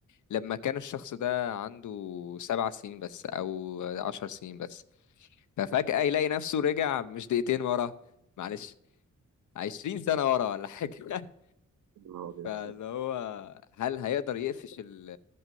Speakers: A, on the left; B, on the right.
A: لما كان الشخص ده عنده سبع سنين بس او عشر سنين بس ففجأة يلاقي نفسه رجع مش دقيقتين ورا معلش عشرين سنة ورا ولا حاجة <laughs>
B: يا نهار أبيض.
A: فاللي هو هل هيقدر يقفش ال-